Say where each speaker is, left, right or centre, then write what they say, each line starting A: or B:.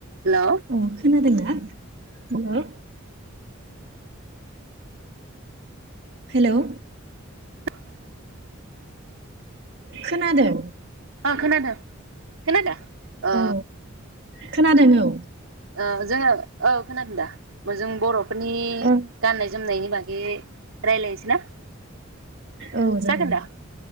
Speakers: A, on the right; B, on the right.
A: Hello
B: अ खोनादोंना? Hello hello
A: <inaudible>
B: खोनादों
A: ओ खोनादों खोनादो ओ
B: औ खोनादों औ
A: ओ जोङो औ खोनादों दा जों बरफ फोरनि
B: औ
A: गाननाय जोमनायनि बागै रायज्लायनोसै ना
B: औ
A: जागोन
B: दे
A: दा